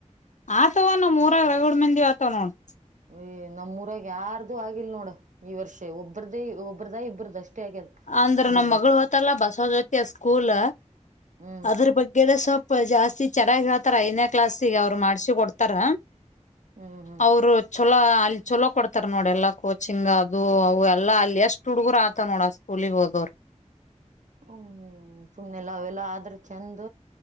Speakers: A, on the left (about 70°); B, on the right (about 75°).
A: ಆತವ ನ ಮೂರ ಎರಗಡ್ ಮಂದಿಿವ ಆತವ ನೋಡ್
B: ಹ್ಮ್ ನಮ್ಊರಾಗ್ ಯಾರ್ದು ಆಗಿಲ್ಲ ಇಲ್ ನೋಡ ಈ ವರ್ಷ ಒಬ್ರದೇ ಒಬ್ರದಾ ಇಬ್ಬ್ರದ ಅಷ್ಟೇ ಆಗ್ಯದ
A: ಅಂದ್ರ
B: ಹುಡುಗ್ರದು
A: ನಮ್ ಮಗಳು ಹೊತಲ್ಲ ಬಸವ ಜ್ಯೋತಿ ಸ್ಕೂಲ್
B: ಹ್ಮ್
A: ಅದ್ರ ಬಗ್ಗೆ ಸ್ವಲ್ಪ ಜಾಸ್ತಿ ಚೆನ್ನಾಗಿ ಆ ತರ ಐದನೇ ಕ್ಲಾಸ್ ಈಗ ಅವ್ರು ಮಾಡ್ಸಿ ಕೊಡ್ತಾರ
B: ಹ್ಮ್ ಹ್ಮ್
A: ಅವರು ಚೊಲೋ ಅಲ್ಲಿ ಚಲೋ ಕೊಡ್ತಾರ ನೋಡ ಎಲ್ಲಾ ಕೋಚಿಂಗ್ ಅದು ಅವು ಎಲ್ಲ ಅಲ್ಲಿ ಎಷ್ಟು ಹುಡುಗರು ಆತ ನೋಡ ಕುಲಿ ಗೋದೋರು
B: ಹ್ಮ್ ಸುಮ್ನೆಲ್ಲ ಅವೆಲ್ಲ ಆದ್ರ ಚೆಂದ